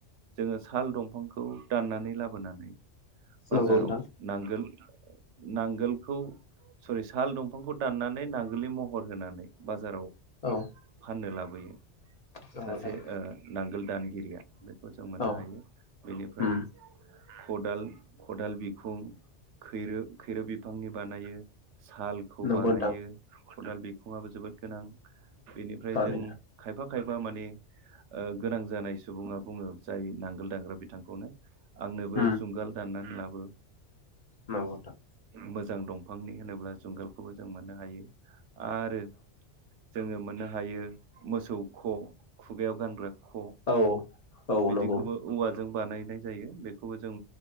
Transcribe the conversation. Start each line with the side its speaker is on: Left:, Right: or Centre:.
Right: जोङो साल दंफांखौ दाननानै लाबोनानै बाजाराव
Left: नंगौ नोंथां
Right: नांगोल नांगोलखौ सरि साल दंफांखौ दाननानै नांगोलनि महर हर होनानै बाजाराव
Left: औ
Right: फाननो लाबो बैयो
Left: नंगौ
Right: सासे
Left: नोंथां
Right: ओ नांगोल दानगि रिया बै खौ जों मोननो
Left: औ
Right: हायो बेनिफ्राय
Left: उम
Right: खदाल खदाल बिखुं खैरो खैरो बिफांनि बानायो। सालखौ
Left: नंगौ
Right: बानायो।
Left: नोंथां
Right: खदाल बिखुंआबो जोबोद गोनां। बेनिफ्राय
Left: थारैनो
Right: जों खायफा खायबा माने ओ गोनां जानाय सुबुंङा बुंङो जाय नांगोल दानग्रा बिथांखौनो आंनोबो
Left: उम
Right: जुंगाल दाननानै लाब बो।
Left: नंगौ नोंथां।
Right: मोजां दंफांनि होनोब्ला जुंगालखौबो जों मोननो हायो। आरो जोङो मोननो हायो मोसौ ख' खुगायाव गानग्रा ख'
Left: औ।
Right: बिदिखौबो
Left: नंगौ
Right: औवा जों बानायनाय जायो बेखौबो जों